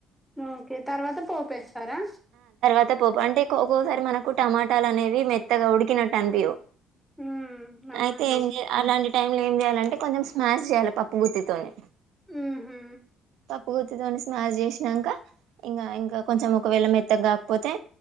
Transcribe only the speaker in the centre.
ఓకే తర్వాత పోపేస్తారా
ఉమ్ అవునండి
ఉహు